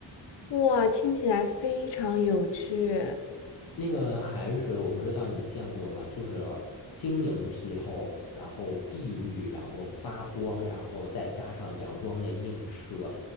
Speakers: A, on the left; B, on the left.
A: 哇，听起来非常有趣，
B: 那个海水我不知道你见过吗？就是晶莹剔透，然后碧绿，然后发光，然后再加上阳光的映射，